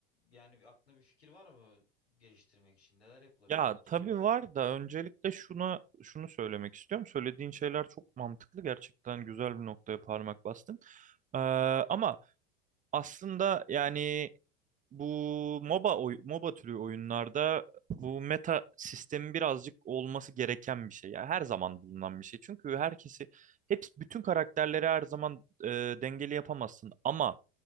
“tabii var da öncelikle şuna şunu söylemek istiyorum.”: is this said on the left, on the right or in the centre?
Right